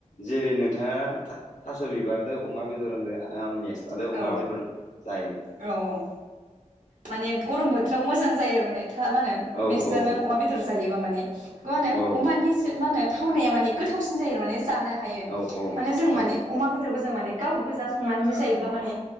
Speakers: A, on the left (about 80°); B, on the right (about 90°).
A: जेरै नोंथाङा थास' बिबारदो अमा बेदर होनदो आं मेस आरो अमा
B: औ
A: बेदर जायो
B: औ औ माने गरम बोथोराव मोजां जायो आरो माने था मा होनो
A: औ
B: मेस्थाजों
A: औ
B: अमा बेदर जायोबा माने बेखौ माहोनो
A: औ
B: अमानि मा होनो थावनाया माने गोथावसिन जायो आरो माने जानो हायो
A: औ
B: माने जों
A: औ
B: माने अमा बेदरखौ जों माने गाव गोजा संनानै जायो जायोब्ला माने